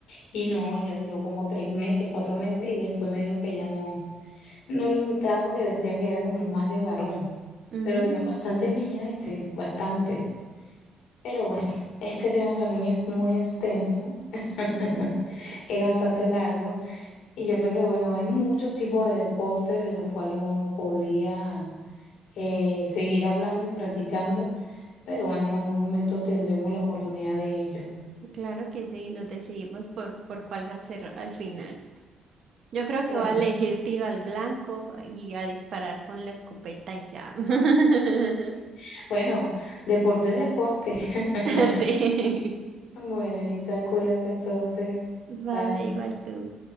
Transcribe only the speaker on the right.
Mm,
<laughs>
claro que sí, nos decidimos por, por cuál hacer al final. Yo creo que
voy a elegir tiro al blanco y a disparar con la escopeta y ya. <laughs>
Sí.
Vale,
igual tú.